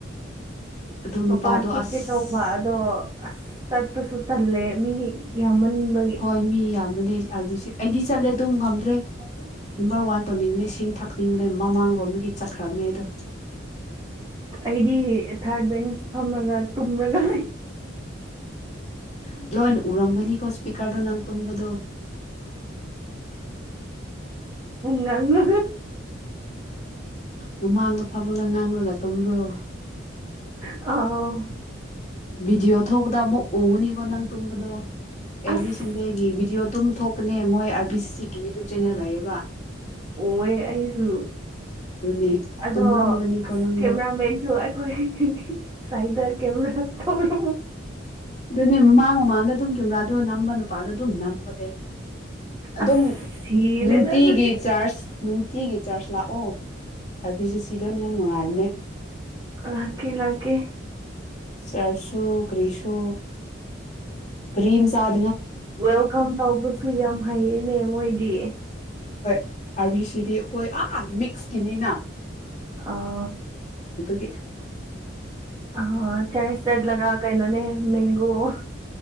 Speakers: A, on the left (about 40°); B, on the right (about 20°).
A: ꯑꯗꯨ ꯅꯨꯄꯥꯗꯣ
B: ꯃꯄꯥꯟ ꯊꯣꯛꯀꯤꯦ
A: ꯑꯁ
B: ꯇꯧꯕꯧꯕ ꯑꯗꯣ ꯁꯠꯄ ꯁ ꯇꯜꯂꯦ ꯃꯤ ꯌꯥꯝꯃꯟꯕꯒꯤ
A: ꯍꯣꯏ ꯃꯤ ꯌꯥꯝ ꯅꯦ ꯑꯥꯔꯕꯤꯁꯦ ꯑꯩꯗꯤ ꯆꯠꯂꯦ ꯑꯗꯨꯝ ꯉꯝꯗ꯭ꯔꯦ ꯅꯝꯕꯔ ꯋꯥꯟ ꯇꯧꯅꯤꯡꯕꯅꯦ ꯏꯁꯤꯡ ꯊꯛꯅꯤꯡꯕꯅꯦ ꯃꯃꯥꯡꯂꯣꯝꯗꯒꯤ ꯆꯠꯈ꯭ꯔꯕꯅꯦ ꯑꯗꯣ
B: ꯑꯩꯗꯤ ꯊꯥꯔꯠ ꯕꯦꯟꯁ ꯐꯝꯔꯒ ꯇꯨꯃ꯭ꯔꯒ
A: <inaudible> ꯂꯣꯏꯅ ꯎꯔꯝꯒꯅꯤꯀꯣ ꯏꯁꯄꯤꯀꯔꯗꯣ ꯅꯪ ꯇꯨꯝꯕꯗꯣ
B: ꯃꯉꯥꯡꯒ
A: ꯃꯃꯥꯡꯗꯣ ꯐꯝꯃꯒ ꯉꯥꯡꯂꯒ ꯇꯨꯝꯝꯕ꯭ꯔꯣ
B: ꯑ
A: ꯚꯤꯗꯤꯑꯣ ꯊꯧꯕꯗ ꯑꯃꯨꯛ ꯎꯉꯨꯅꯤꯀꯣ ꯅꯪ ꯇꯨꯝꯕꯗꯣ ꯑꯦꯚ꯭ꯔꯤ
B: ꯑꯁ
A: ꯁꯟꯗꯦꯒꯤ ꯚꯗꯤꯑꯣ ꯇꯝ ꯊꯣꯛ ꯅꯦ ꯃꯣꯏ ꯑꯥꯔ ꯕꯤ ꯁꯤꯒꯤ ꯌꯨꯇꯨꯕ ꯆꯦꯅꯦꯜ ꯂꯩꯌꯦꯦꯕ
B: ꯑꯣ ꯑꯁꯨ
A: ꯑꯗꯨꯅꯦ
B: ꯑꯗꯣ
A: ꯇꯨꯝꯔꯝꯒꯅꯤꯀꯣ ꯅꯪꯗꯣ
B: ꯀꯦꯃꯦꯔꯥ ꯃꯦꯟꯁꯨ ꯍꯈꯣꯏ ꯁꯥꯏꯗ ꯀꯦꯃꯦꯔ ꯊꯧꯔ
A: ꯑꯗꯨꯅꯦ ꯃꯃꯥ ꯃꯃꯥꯡꯗ ꯑꯗꯨꯝ ꯀꯦꯃꯦꯔꯥꯗꯣ ꯅꯝꯕ ꯅꯨꯄꯥꯗꯣ ꯑꯗꯨꯝ ꯅꯝꯕꯅꯦ ꯑꯗꯨꯝ
B: ꯑꯁ ꯁꯤꯔꯦꯗ
A: ꯅꯨꯡꯇꯤꯒꯤ
B: ꯑꯗꯨꯗꯤ
A: ꯆꯥꯔꯖ ꯇꯤꯒꯤ ꯆꯔꯆ ꯂꯥꯛꯑꯣ ꯑꯄꯤꯁꯤ ꯁꯤꯗꯧꯅꯦ ꯌꯥꯝ ꯅꯨꯡꯉꯥꯏꯕꯅꯦ
B: ꯂꯥꯛꯀꯦ ꯂꯥꯛꯀꯦ
A: ꯆꯔꯁꯣ ꯀ꯭ꯔꯤꯁꯣ ꯀꯔꯤꯝ ꯁꯥ
B: ꯋꯦꯜꯀꯝ ꯇꯧꯕꯁꯨ ꯌꯥꯝ ꯍꯩꯌꯦꯅꯦ ꯃꯣꯏꯗꯤ
A: ꯑꯥꯔꯕꯤꯁꯤꯗꯤ ꯍꯣꯏ ꯑꯥ ꯃꯤꯛꯁꯀꯤꯅꯤꯅ
B: ꯑ
A: ꯍ
B: ꯑ ꯆꯔꯁ ꯆꯠ ꯂ ꯀꯩꯅꯣꯅꯦ ꯃ ꯑꯣꯑꯣ